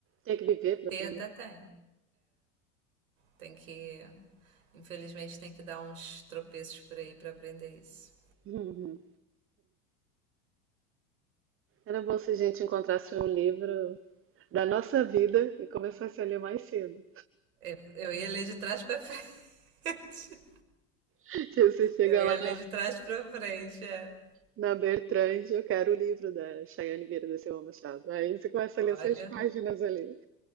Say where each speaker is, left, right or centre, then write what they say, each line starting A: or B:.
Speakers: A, on the right; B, on the right.
A: Tem que viver para
B: Ter
A: aprender.
B: até tem. Tem que. Infelizmente, tem que dar uns tropeços por aí pra aprender isso.
A: <laughs> Era bom se a gente encontrasse um livro da nossa vida e começasse a ler mais cedo.
B: Eu, eu ia ler de trás pra frente. <laughs>
A: <laughs> Se Você chega
B: Eu ia
A: lá
B: ler
A: na
B: de trás pra frente, é.
A: Na Bertrand, eu quero o livro da Chayane Vieira da Silva Machado. Aí você começa
B: Olha,
A: a ler suas páginas ali.